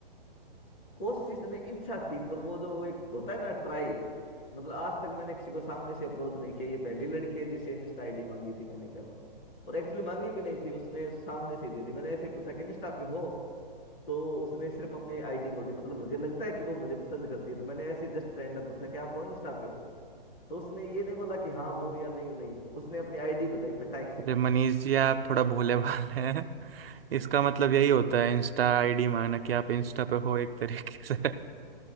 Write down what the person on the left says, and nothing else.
कोशिश नहीं इच्छा थी पर वो जो वो एक होता है ना ट्राई मतलब आज तक मैंने किसी को सामने से अप्रोच नहीं किया ये पहली लड़की है जिसे इंस्टा आईडी मांगी थी मैंने कल और एक्चुअली मांगी भी नहीं थी उसने सामने से ही दे दी मैंने ऐसे ही पूछा कि इंस्टा पे हो तो उसने सिर्फ अपनी आईडी बोल दी मतलब मुझे लगता है कि वो मुझे पसंद करती है तो मैंने ऐसे जस्ट रैंडम पूछा कि आप हो इंस्टा पे तो उसने ये नहीं बोला कि हाँ हूँ या नहीं हूँ नहीं उसने अपनी आईडी बताई फटाक से